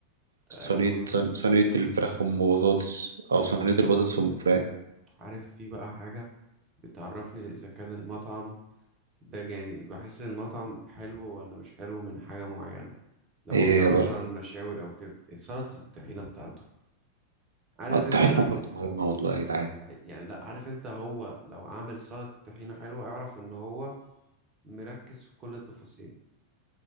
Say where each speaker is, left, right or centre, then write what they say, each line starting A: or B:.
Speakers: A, on the right (about 75°); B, on the right (about 25°).
A: صينية
B: أو
A: صن- صينية الفراخ أم بطاطس أو صينية البطاطس أم فراخ
B: عارف في بقى حاجة بتعرفني إذا كان المطعم ده يعني بحس إن المطعم حلو ولا مش حلو من حاجة معينة لو
A: إيه
B: هو بتاع
A: هي
B: مثلا
A: بقى
B: مشاوي أو كده سلطة الطحينة بتاعته عارف
A: الطحينة
B: أنت
A: برضه مهمة والله يا جدعان
B: يعني لأ عارف أنت هو لو عامل سلطة الطحينة حلوة اعرف إن هو مركز في كل التفاصيل